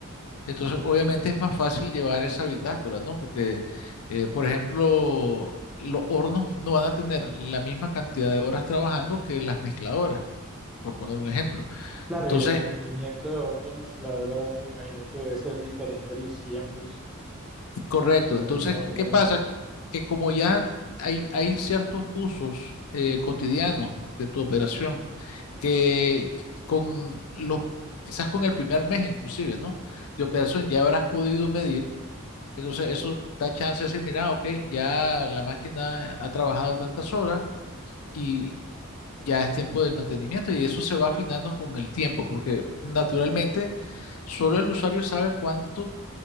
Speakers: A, on the left; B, in the centre.
A: entonces obviamente es más fácil llevar esa bitácora, ¿no? Porque, eh, por ejemplo, los hornos no van a tener la misma cantidad de horas trabajando que las mezcladoras, por poner un ejemplo.
B: Claro,
A: Entonces,
B: y el mantenimiento de horno y mezcladora me imagino que debe ser diferente a los tiempos.
A: correcto.
B: No,
A: Entonces,
B: no, no.
A: ¿qué pasa? Que como ya hay, hay ciertos usos eh, cotidianos de tu operación, que con los, quizás con el primer mes inclusive, ¿no? De operación ya habrás podido medir, entonces eso da chance de decir, mira, ok, ya la máquina ha trabajado tantas horas y ya es tiempo del mantenimiento y eso se va afinando con el tiempo, porque naturalmente solo el usuario sabe cuánto,